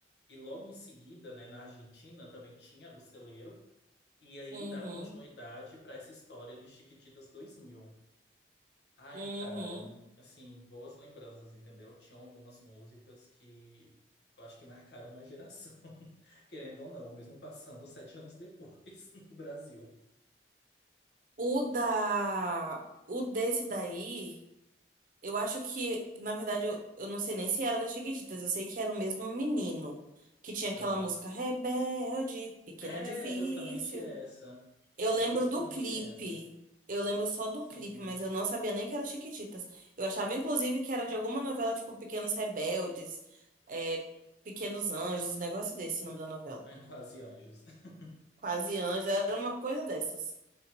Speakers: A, on the left; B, on the right.
A: E logo em seguida, né, na Argentina também tinha a do Celeiro, e aí
B: Uhum,
A: dava continuidade para essa história de Chiquititas 2000. Ai,
B: uhum.
A: cara, assim, boas lembranças, entendeu? Tinham algumas músicas que eu acho que marcaram uma geração, <laughs> querendo ou não, mesmo passando sete anos depois <laughs> no Brasil.
B: O da, o desse daí Eu acho que, na verdade, eu, eu não sei nem se era da Chiquititas, eu sei que era o mesmo menino, que tinha aquela
A: Ah,
B: música Rebelde, Pequeno
A: é
B: Difícil.
A: justamente essa.
B: Eu
A: É
B: lembro
A: justamente
B: do clipe,
A: essa.
B: eu lembro só do
A: Sim,
B: clipe, mas eu não sabia nem que era Chiquititas. Eu achava, inclusive, que era de alguma novela, tipo Pequenos Rebeldes, é, Pequenos Anjos, um negócio desse, o nome da novela.
A: é quase anjos. <laughs>
B: Quase Anjos, era uma coisa dessas.